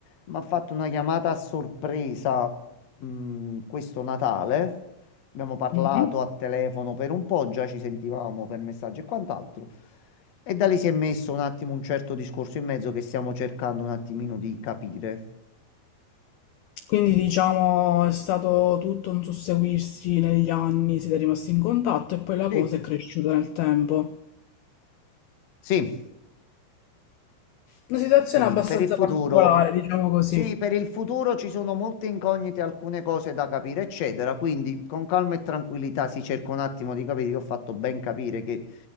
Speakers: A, on the left; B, on the left.
A: mi ha fatto una chiamata a sorpresa, mh, questo Natale. Abbiamo parlato
B: Mhm.
A: a telefono per un po', già ci sentivamo per messaggi e quant'altro. E da lì si è messo un attimo un certo discorso in mezzo che stiamo cercando un attimino di capire.
B: Quindi diciamo è stato tutto un susseguirsi negli anni, siete rimasti in contatto e poi la
A: Sì.
B: cosa è cresciuta nel tempo.
A: Sì,
B: Una situazione
A: quindi
B: abbastanza
A: per il futuro
B: particolare, diciamo così.
A: Sì, per il futuro ci sono molte incognite, alcune cose da capire, eccetera. Quindi con calma e tranquillità si cerca un attimo di capire. Io ho fatto ben capire che